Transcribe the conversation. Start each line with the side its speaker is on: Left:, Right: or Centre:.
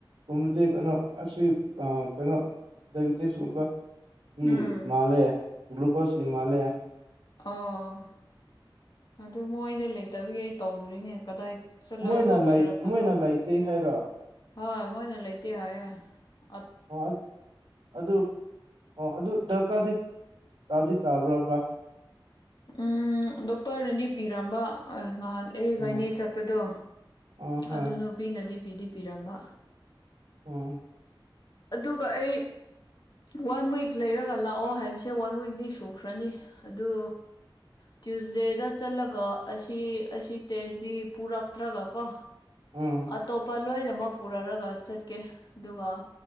Right: ꯨꯝꯕꯗꯤ ꯀꯩꯅꯣ ꯑꯁꯤ ꯀꯩꯅꯣ ꯗꯥꯏꯕꯤꯇꯤꯁꯀꯨꯝꯕ ꯒꯤ
Left: ꯎꯝ
Right: ꯃꯥꯂꯦ ꯒ꯭ꯂꯨꯀꯣꯁꯀꯤ ꯃꯥꯂꯦ
Left: ꯑꯣꯥ ꯑꯗꯨ ꯃꯣꯏꯗ ꯂꯩꯇꯕꯤꯒꯤ ꯑꯩ ꯇꯧꯗ꯭ꯔꯤꯅꯦ ꯀꯗꯥꯏ ꯆꯠꯂꯒ
Right: ꯃꯣꯏꯅ
Left: ꯇꯧꯁꯤꯔ ꯈꯟꯕ
Right: ꯃꯣꯏꯅ ꯂꯥꯏꯇꯦ ꯍꯥꯏꯔꯣ
Left: ꯍꯣꯏ ꯃꯣꯏꯅ ꯂꯩꯣꯏꯇ ꯍ
Right: ꯑꯣ ꯑꯗꯨ ꯑꯣ ꯑꯗꯨ ꯗꯔꯀꯥꯔꯗꯤ ꯇꯥꯗꯤ ꯇꯥꯕ꯭ꯔꯕ
Left: ꯎꯝ ꯗꯣꯛꯇꯔꯅꯗꯤ ꯄꯤꯔꯝꯕ ꯅꯍꯥꯟ ꯑꯩ
Right: ꯎꯝ
Left: ꯒꯥꯏꯅꯦ ꯆꯠꯄꯗꯣ
Right: ꯑꯥ ꯍꯣꯏ
Left: ꯑꯗꯨ ꯅꯨꯄꯤꯅꯗꯤ ꯄꯤꯗꯤ ꯄꯤꯔꯝꯕ
Right: ꯎꯝ
Left: ꯑꯗꯨꯒ ꯑꯩ ꯋꯥꯟ ꯋꯤꯛ ꯂꯩꯔꯒ ꯂꯥꯛꯑꯣ ꯍꯥꯏꯕꯁꯦ ꯋꯥꯟ ꯋꯤꯛꯗꯤꯤ ꯁꯨꯈ꯭ꯔꯅꯤ ꯑꯗꯨ ꯇ꯭ꯌꯨꯁꯗꯦꯗ ꯆꯠꯂꯒ ꯑꯁꯤ ꯑꯁꯤ ꯇꯦꯁꯗꯤ ꯄꯨꯔꯛꯇ꯭ꯔꯒ ꯀꯣ
Right: ꯎꯝ
Left: ꯑꯇꯣꯞꯄ ꯂꯣꯏꯅꯃꯛ ꯄꯨꯔꯔꯒ ꯆꯠꯀꯦ ꯑꯗꯨꯒ